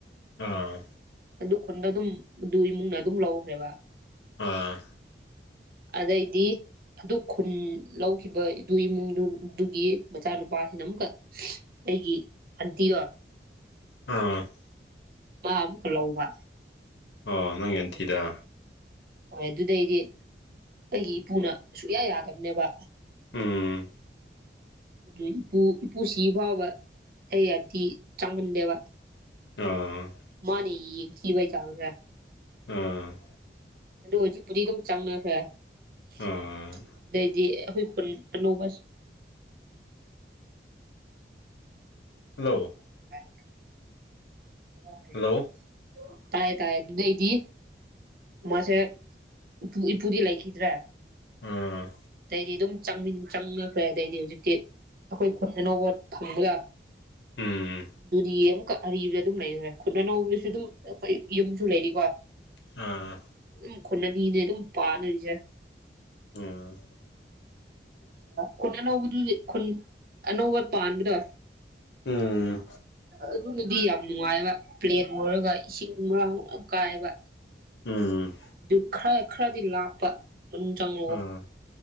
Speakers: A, on the left (about 80°); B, on the right (about 55°).
A: ꯑꯥ
B: ꯑꯗꯨ ꯈꯨꯟꯗ ꯑꯗꯨꯝ ꯑꯗꯨ ꯏꯃꯨꯡꯅ ꯑꯗꯨꯝ ꯂꯧꯈ꯭ꯔꯦꯕ
A: ꯑꯥ
B: ꯑꯗꯩꯗꯤ ꯑꯗꯨ ꯈꯨꯟ ꯂꯧꯈꯤꯕ ꯏꯗꯨ ꯏꯃꯨꯡꯗꯨꯗꯨꯒꯤ ꯃꯆꯥ ꯅꯨꯄꯥ ꯁꯤꯅ ꯑꯃꯨꯛꯀ ꯑꯩꯒꯤ ꯑꯟꯇꯤꯔ‌ꯣ
A: <unintelligible>
B: ꯃꯥ ꯑꯃꯨꯛꯀ ꯂꯧꯕ꯫
A: ꯑ ꯅꯪꯒꯤ ꯑꯟꯇꯤꯗ꯫
B: ꯍꯣꯏ ꯑꯗꯨꯗꯩꯗꯤ ꯑꯩꯒꯤ ꯏꯄꯨꯅ ꯁꯨꯛꯌꯥ ꯌꯥꯗꯕꯅꯦꯕ꯫
A: ꯎꯝ
B: <inaudible> ꯑꯗꯨ ꯏꯄꯨ ꯏꯄꯨ ꯁꯤ ꯐꯥꯎꯕ ꯑꯩ ꯑꯟꯇꯤ ꯆꯪꯍꯟꯗꯦꯕ꯫
A: ꯑꯥ
B: ꯃꯥꯅ ꯌ‌ꯦꯡꯊꯤꯕꯩ ꯆꯥꯡꯁ‌ꯦ꯫
A: ꯑꯥ
B: ꯑꯗꯣ ꯍꯧꯖꯤꯛꯄꯨꯗꯤ ꯑꯗꯨꯝ ꯆꯪꯅꯈ꯭ꯔꯦ ꯑꯗꯩꯗꯤ
A: ꯑꯥ
B: ꯑꯩꯈꯣꯏ ꯈꯨꯟ ꯑꯅꯧꯕ
A: ꯍꯜꯂꯣ
B: <unintelligible> <unintelligible>
A: ꯍꯜꯂꯣ
B: ꯇꯥꯥꯏꯌ‌ꯦ ꯇꯥꯏꯌ‌ꯦ ꯗꯨꯗꯩꯗꯤ ꯃꯥꯁꯦ ꯏꯄꯨ ꯏꯄꯨꯗꯤ ꯂꯩꯈꯤꯗ꯭ꯔꯦ꯫
A: ꯎꯝ
B: ꯑꯗꯩꯗꯤ ꯑꯗꯨꯝ ꯆꯪꯃꯤꯟ ꯆꯪꯅꯈ꯭ꯔꯦ ꯑꯗꯩꯗꯤ ꯍꯧꯖꯤꯛꯇꯤ꯫ ꯑꯩꯈꯣꯏ ꯈꯨꯟ ꯑꯅꯧꯕ ꯐꯪꯒ
A: ꯎꯝ
B: ꯑꯗꯨꯗꯤ ꯑꯃꯨꯛꯀ ꯑꯔꯤꯕ꯫ ꯑꯗꯨꯝ ꯂꯩꯌꯨꯔ‌ꯦ ꯈꯨꯗꯅꯧꯕꯒꯤꯁꯨ ꯑꯗꯨꯝ ꯑꯩꯈꯣꯏ ꯌꯨꯝꯁꯨ ꯂꯩꯔꯤꯀꯣ꯫
A: ꯑꯥ
B: ꯑꯗꯨꯝ ꯈꯨꯟ ꯑꯅꯤꯅꯦ ꯑꯗꯨꯝ ꯄꯥꯅꯔꯤꯁꯦ꯫
A: ꯎꯝ
B: ꯈꯨꯟ ꯑꯅꯧꯕꯗꯨꯗꯤ ꯈꯨꯟ ꯑꯅꯧꯕ ꯄꯥꯟꯕꯗ‌ꯣ꯫
A: ꯎꯝ
B: ꯑꯗꯨꯅꯗꯤ ꯌꯥꯝ ꯅꯨꯡꯉꯥꯏꯕ ꯄ꯭ꯂꯦꯟ ꯑꯣꯏꯔꯒ ꯏꯁꯤꯡ ꯃꯔꯥꯡ ꯃꯔ ꯌꯥꯝ ꯀꯥꯏꯌ‌ꯦꯕ꯫
A: ꯎꯝ
B: ꯑꯗꯨ ꯈꯔ ꯈꯔꯗꯤ ꯂꯥꯞꯄ ꯑꯗꯨꯝ ꯆꯪ
A: ꯑꯥ